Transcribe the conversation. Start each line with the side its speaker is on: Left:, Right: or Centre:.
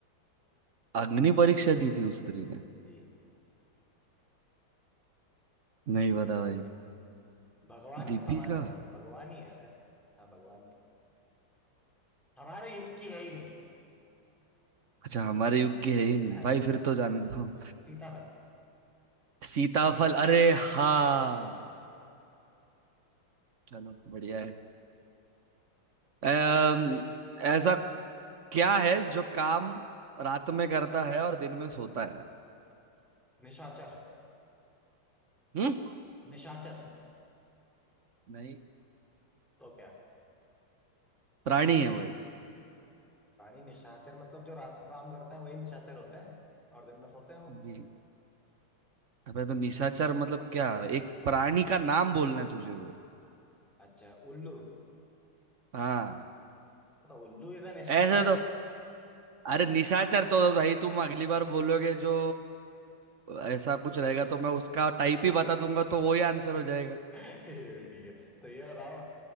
Right: अग्नि परीक्षा दी थी उस स्त्री ने
Centre: जी
Right: नहीं पता भाई
Centre: भगवान
Right: दीपिका
Centre: के समान है वो भगवान ही है शायद हाँ भगवान की हमारे युग की है ही नहीं
Right: अच्छा हमारे युग की है ही नहीं
Centre: है
Right: भाई
Centre: ना
Right: फिर तो जाने दो
Centre: सीताहरण
Right: <laughs> सीताफल अरे हाँ चलो बढ़िया है अम, ऐसा क्या है जो काम रात में करता है और दिन में सोता है
Centre: निशाचर
Right: हम्म
Centre: निशाचर
Right: नहीं
Centre: तो क्या
Right: प्राणी
Centre: नीच
Right: है वो
Centre: प्राणी निशाचर मतलब जो रात को काम करते हैं वही निशाचर होते हैं और दिन में सोते हैं वो
Right: जी अबे तो निशाचर मतलब क्या एक प्राणी का नाम बोलना है तुझे वो
Centre: अच्छा उल्लू
Right: हाँ
Centre: मतलब उल्लू इज अ निशाचर
Right: ऐसे
Centre: है
Right: तो अरे निशाचर तो भाई तुम अगली बार बोलोगे जो ऐसा कुछ रहेगा तो मैं उसका टाइप ही बता दूंगा तो वही आंसर हो जाएगा
Centre: <laughs> ठीक है तो ये बताओ